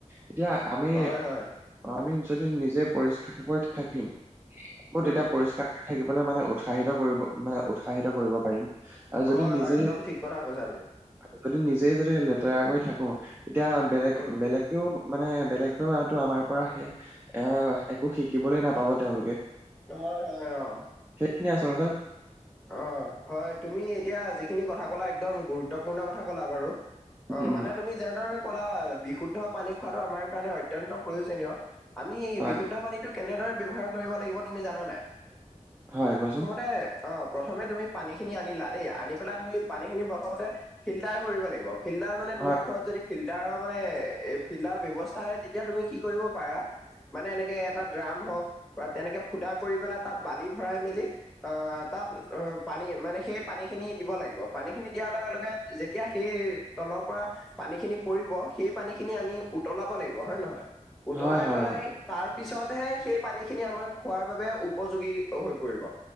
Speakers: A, on the right; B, in the centre.
A: এতিয়া আমি
B: হয় হয়
A: অ', আমি যদি নিজে পৰিষ্কাৰকৈ থাকিম, <unintelligible>
B: উম
A: তেতিয়া পৰিষ্কাৰ থাকিবলৈ মানে উৎসাহিত কৰিব মানে, উৎসাহিত কৰিব পাৰিম। যদি
B: হয়,
A: নিজেই
B: হয়, একদম ঠিক কথা কৈছা তুমি।
A: আৰু যদি নিজেই যদি লেতেৰাকৈ থাকোঁ তেতিয়া বেলেগ,
B: উম
A: বেলেগেও মানে বেলেগেওটো আমাৰ পৰা সে এয়া একো শিকিবলৈ নাপাব তেওঁলোকে।
B: হয়, হয়, অ'।
A: সেইখিনিয়ে আচলতে।
B: অ'। হয়, তুমি এতিয়া যিখিনি কথা ক'লা, একদম গুৰুত্বপূৰ্ণ কথা ক'লা বাৰু!
A: উম,
B: অ',
A: উম,
B: মানে তুমি যেনেদৰে ক'লা বিশুদ্ধ পানী খোৱাটো আমাৰ কাৰণে অত্যন্ত প্ৰয়োজনীয়। আমি
A: হয়,
B: বিশুদ্ধ পানীটো কেনেদৰে ব্যৱহাৰ কৰিব লাগিব, তুমি জানানে নাই?
A: হয়, কোৱাঁচোন।
B: <unintelligible> অ', প্ৰথমে তুমি পানীখিনি আনিলা দেই, আনি পেলাই তুমি পানীখিনি প্ৰথমতে ফিল্টাৰ কৰিব লাগিব ফিল্টাৰ মানে
A: হয়,
B: তোমাৰ ঘৰত যদি ফিল্টাৰৰ মানে এ ফিল্টাৰ ব্যৱস্থা নাই তেতিয়া তুমি কি কৰিব পাৰা মানে এনেকে এটা ড্ৰাম হওক বা তেনেকে ফুটা কৰি পেলাই তাত বালি ভৰাই মেলি আহ তাত অ পানী মানে সেই পানী খিনি দিব লাগিব পানীখিনি দিয়াৰ লগে লগে যেতিয়া সেই তলৰ পৰা পানী খিনি পৰিব সেই পানী খিনি আমি উতলাব লাগিব হয় নহয়? উতলাই
A: হয়, হয়,
B: পেলাই
A: অ।
B: তাৰ পিছতহে সেই পানী খিনি আমাৰ খোৱাৰ বাবে উপযোগী হৈ পৰিব